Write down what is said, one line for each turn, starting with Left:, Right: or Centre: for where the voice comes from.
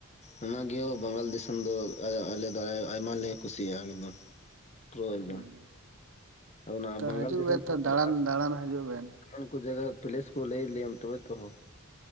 Left: ᱚᱱᱟᱜᱮ ᱦᱳ ᱵᱮᱝᱜᱚᱞ ᱫᱤᱥᱚᱢ ᱫᱚ <unintelligible> ᱟᱞᱮ ᱫᱚ ᱟᱭᱢᱟ ᱞᱮ ᱠᱩᱥᱤᱭᱟᱜᱼᱟ ᱮᱠᱫᱚᱢ᱾ <unintelligible> ᱮᱠᱫᱚᱢ
Right: ᱦᱩᱸ
Left: ᱟᱫᱚ ᱚᱱᱟ
Right: ᱛᱚ
Left: ᱵᱮᱝᱜᱚᱞ
Right: ᱦᱤᱡᱩᱜ
Left: ᱫᱤᱥᱚᱢ
Right: ᱵᱮᱱ
Left: ᱥᱮᱫ
Right: ᱛᱚ ᱫᱟᱬᱟᱱ ᱫᱟᱬᱟᱱ
Left: <inaudible>
Right: ᱦᱤᱡᱩᱜ ᱵᱮᱱ
Left: ᱚᱱᱠᱟᱱ ᱠᱩ ᱡᱟᱭᱜᱟ ᱯᱞᱮᱥ ᱠᱚ ᱞᱟᱹᱭ ᱟᱞᱮᱭᱟᱢ ᱛᱚᱵᱮ ᱛᱚ ᱦᱳ ᱾